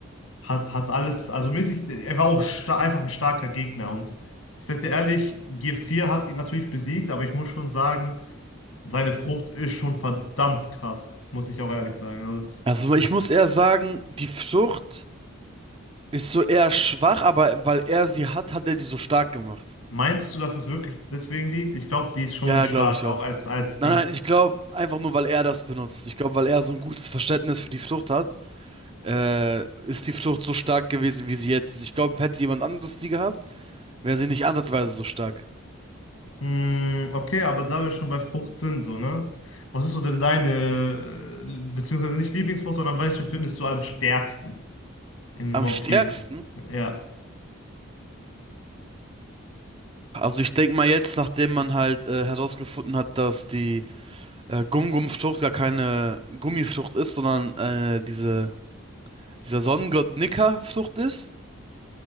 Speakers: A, on the left; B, on the right.
A: Hat, hat alles, also mäßig, er war auch sta- einfach ein starker Gegner. Und ich sag dir ehrlich, g vier hat ihn natürlich besiegt, aber ich muss schon sagen, seine Frucht ist schon verdammt krass, muss ich auch ehrlich sagen. Also,
B: Also ich muss eher sagen, die Frucht ist so eher schwach, aber weil er sie hat, hat er die so stark gemacht.
A: meinst du, dass es wirklich deswegen liegt? Ich glaube, die ist schon
B: Ja, ja,
A: stark,
B: glaube ich
A: auch
B: auch.
A: als, als
B: Nein,
A: Ding.
B: nein, ich glaube einfach nur, weil er das benutzt. Ich glaube, weil er so ein gutes Verständnis für die Frucht hat, äh, ist die Frucht so stark gewesen, wie sie jetzt ist. Ich glaube, hätte jemand anderes die gehabt, wäre sie nicht ansatzweise so stark.
A: Hm, okay, aber da wir schon bei Frucht sind, so, ne? Was ist so denn deine, äh, beziehungsweise nicht Lieblingsfrucht, sondern welche findest du am stärksten in
B: Am
A: One
B: stärksten,
A: Piece? Ja.
B: also ich denke mal jetzt, nachdem man halt äh, herausgefunden hat, dass die äh, Gum-Gum-Frucht gar keine Gummifrucht ist, sondern äh, diese, dieser Sonnengott Nika-Frucht ist